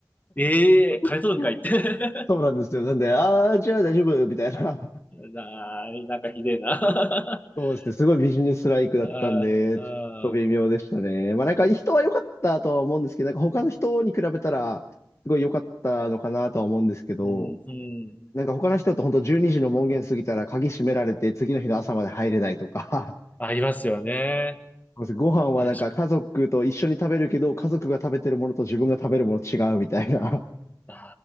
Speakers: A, on the left; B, on the left.
A: ええー、金取るんかいって。
B: <laughs>
A: <laughs>
B: そうなんですよ。なんで、ああ、じゃあ大丈夫、みたいな。
A: なーい、なんかひでえな。
B: <laughs>
A: <laughs>
B: そうですね。すごいビジネスライクだったんで、
A: あーあー、
B: ちょっと微妙でしたね。まあなんか人は良かったとは思うんですけど、なんか他の人に比べたら、すごい良かったのかなとは思うんですけど、
A: うん、うん。
B: なんか他の人と本当12時の門限過ぎたら鍵閉められて次の日の朝まで入れないとか、
A: ありますよね。
B: <laughs> ご飯はなんか家族と一緒に食べるけど、
A: 確かに。
B: 家族が食べてるものと自分が食べるもの違うみたいな。
A: あ